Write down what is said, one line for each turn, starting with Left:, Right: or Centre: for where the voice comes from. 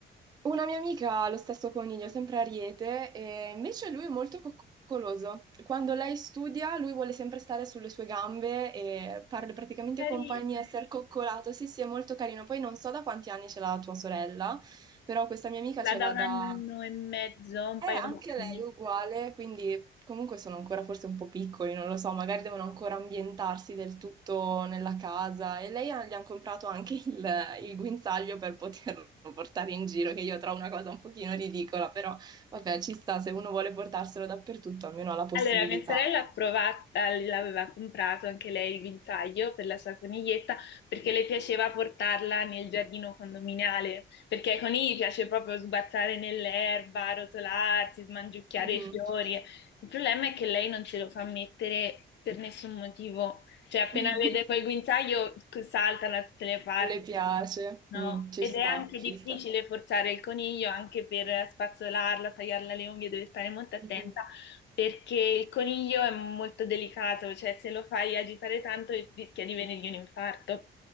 Right: una mia amica ha lo stesso coniglio, sempre Ariete, e invece lui è molto coccoloso. Quando lei studia, lui vuole sempre stare sulle sue gambe e farle praticamente
Left: Carina,
Right: compagnia, essere coccolato. Sì, sì, è molto carino. Poi non so da quanti anni ce l'ha tua sorella, però questa mia amica
Left: la
Right: ce
Left: da
Right: l'ha
Left: un
Right: da...
Left: anno e mezzo, un
Right: Eh,
Left: paio
Right: anche
Left: d'anni.
Right: lei è uguale, quindi comunque sono ancora forse un po' piccoli, non lo so, magari devono ancora ambientarsi del tutto nella casa e lei ha- gli hanno comprato anche il, il guinzaglio per poterlo <laughs> portare in giro, che io trovo una cosa un pochino ridicola, però vabbè, ci sta, se uno vuole portarselo dappertutto, almeno ha la Eh, possibilità.
Left: Allora, mia sorella ha provato, eh, l'aveva comprato anche lei il guinzaglio per la sua coniglietta perché le piaceva portarla nel giardino condominiale, perché ai conigli piace proprio sbazzare nell'erba, rotolarsi, smangiucchiare
Right: Mhm.
Left: i fiori. Il problema è che lei non ce lo fa mettere per nessun motivo, cioè appena
Right: <laughs>
Left: vede quel guinzaglio salta da tutte le parti.
Right: Non Le piace,
Left: No,
Right: Mm, ci
Left: ed
Right: sta,
Left: è anche
Right: ci
Left: difficile
Right: sta.
Left: forzare il coniglio anche per spazzolarla, tagliarla le unghie, deve stare molto attenta
Right: Mhm.
Left: perché il coniglio è molto delicato, cioè se lo fai agitare tanto rischia di venirgli un infarco.